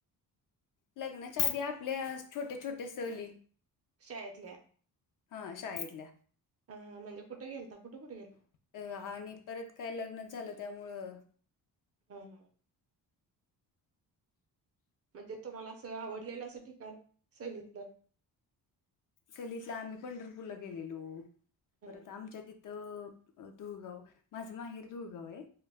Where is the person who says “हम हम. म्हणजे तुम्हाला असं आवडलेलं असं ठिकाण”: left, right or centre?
Right